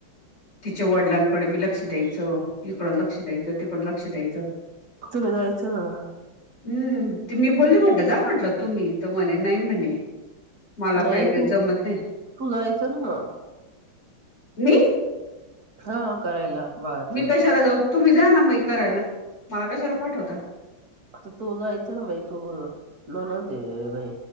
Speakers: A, on the left (about 60°); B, on the right (about 55°).
A: तिच्या वडिलांकडे बी लक्ष द्यायचं इकडं लक्ष द्यायचं तिकडं लक्ष द्यायचं.
B: तुम्ही जायचं ना म
A: हम्म ते मी बोलली म्हटलं जा म्हटलं तुम्ही तर म्हणे नाय म्हणे मला
B: नाही
A: काही
B: तू
A: जमत नाही
B: तू जायच ना म
A: मी
B: हा करायला. बाळातून
A: मी कशाला जाऊ तुम्ही जा ना मई करायला. मला कशाला पाठवता.
B: आता तू जायचं ना बाई तू ननंद हे बाय